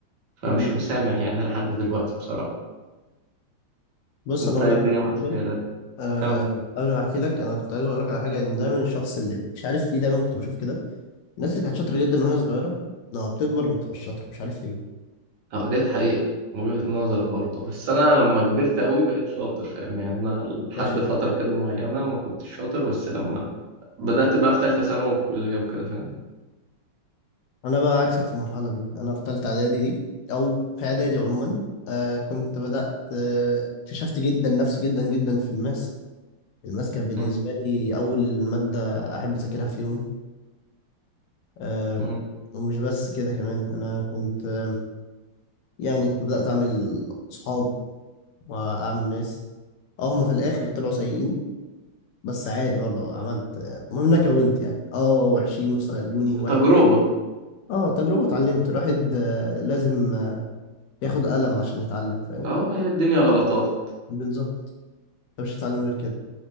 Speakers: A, on the right; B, on the left.
A: فمش
B: مم.
A: مسامح يعني لحد دلوقتي بصراحة
B: بص
A: أنت
B: انا اقول
A: إيه
B: لك
A: الدنيا معاك
B: حاجه
A: في الإعداد
B: أه
A: كم
B: قبل ما احكي لك انا كنت عايز اقول لك على حاجه ان دايما الشخص اللي مش عارف ليه دايما كنت بشوف كده الناس اللي كانت شاطرة جدا وهي صغيرة لما بتكبر ما بتبقاش شاطرة مش عارف ليه
A: أو ديت حقيقة وجهة نظر برضه بس أنا لما كبرت أوي بقيت شاطر فاهم يعني أنا لحد
B: ده شيء
A: فترة كده معينة ما كنتش شاطر بس لما بدأت بقى في تالتة ثانوي والكلية وكده فاهم
B: أنا بقى عكسك في المرحلة دي أنا في تالتة إعدادي دي أو في إعدادي عموما آه كنت بدأت آه، اكتشفت جدا نفسي جدا جدا في الماس الماس كان بالنسبة
A: أمم،
B: لي أول مادة أحب أذاكرها في يومي آه
A: أمم.
B: ومش بس كده كمان أنا كنت آه، يعني بدأت أعمل صحاب وأعمل ناس أه هما في الآخر طلعوا سيئين بس عادي برضه عملت آه، المهم إن أنا كونت يعني أه وحشين واستغلوني وواحد
A: تجربة
B: اه تجربة اتعلمت الواحد آه، لازم آه، ياخد قلم عشان يتعلم فاهم
A: أهو هي الدنيا غلطات
B: بالظبط انت مش هتتعلم غير كده